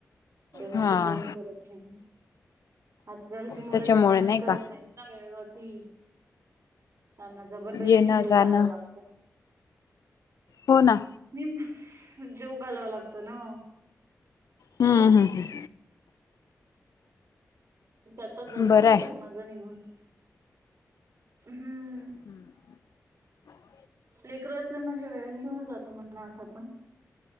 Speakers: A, on the right; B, on the left.
A: व्यवस्थित
B: हा
A: जेवण करत नाही, आजकालची मुलं
B: त्याच्यामुळे
A: जेवणच
B: नाही
A: करत
B: का
A: नाहीत. त्यांना वेळवरती त्यांना जबरदस्ती
B: येणं
A: जेवु
B: जाणं.
A: घालावं लागतं.
B: हो ना,
A: मी म जेवु घालाव लागतो ना.
B: हम्म, हम्म हम्
A: त्यातच जात असतो
B: बरं आहे
A: वेळ माझा निघून, हम्म.
B: <inaudible>
A: लेकरं असले म्हणजे वेळं निघुन जातो, म्हणा आसं पण